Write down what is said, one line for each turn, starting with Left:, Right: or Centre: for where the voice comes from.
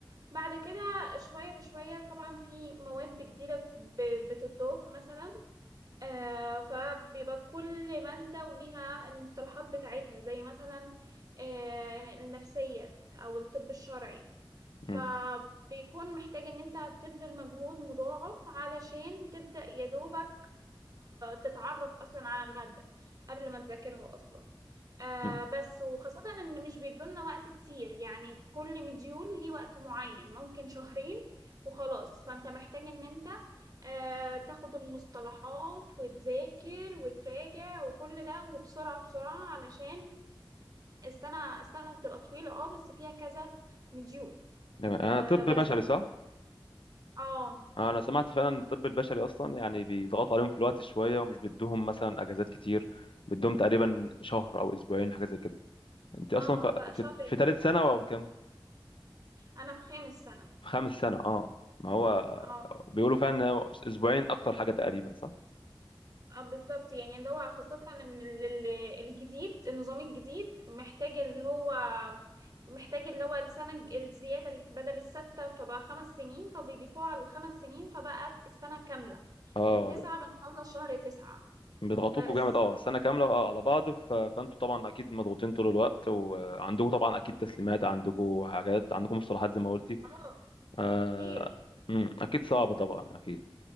Right: بعد كده شوية بشوية طبعا في مواد جديدة ب- بتضاف مثلا آه، فبيبقى كل مادة وليها المصطلحات بتاعتها زي مثلا آه، النفسية أو الطب الشرعي فبيكون
Left: مم،
Right: محتاج إن أنت تبذل مجهود مضاعف علشان تبدأ يدوبك تتعرف أصلا على المادة قبل ما تذاكرها أصلا آه
Left: مم.
Right: بس وخاصة إن مش بيدولنا وقت كتير يعني كل مديول ليه وقت معين ممكن شهرين وخلاص فأنت محتاج إن أنت آه تاخد المصطلحات وتذاكر وتراجع وكل ده وبسرعة بسرعة علشان السنة السنة بتبقى طويلة اه بس فيها كذا مديول
Left: تمام. انا
Right: آه
Left: طب
Right: بس
Left: بشري صح
Right: اه
Left: آه، انا سمعت فعلا الطب البشري اصلا يعني بيضغطوا عليهم في الوقت شويه ومش بيدوهم مثلا اجازات كتير بيدوهم تقريبا شهر او اسبوعين حاجه زي كده انت اصلا
Right: اه
Left: في
Right: لا
Left: في,
Right: شهر
Left: في ثالث سنه او كام
Right: أنا في خامس سنة
Left: في خامس سنه اه ما هو
Right: اه
Left: بيقولوا فعلا إن هو اسبوعين اكتر حاجه تقريبا صح
Right: اه بالظبط يعني اللي هو خاصة ان ال- ال- الجديد النظام الجديد محتاج اللي هو محتاج اللي هو السنة الج- الزيادة اللي بدل الستة فبقى خمس سنين فبيضيفوها على الخمس سنين فبقت السنة كاملة
Left: اه
Right: من تسعة بنخلص شهر تسعة
Left: بيضغطوكوا
Right: بس
Left: جامد اه السنه كامله اه على بعض ف... فانتوا طبعا اكيد مضغوطين طول الوقت وعندكم طبعا اكيد تسليمات عندكم حاجات عندكم مصطلحات زي ما قلتي
Right: اه
Left: آه...
Right: كتير
Left: مم،
Right: كتير
Left: اكيد صعبه طبعا اكيد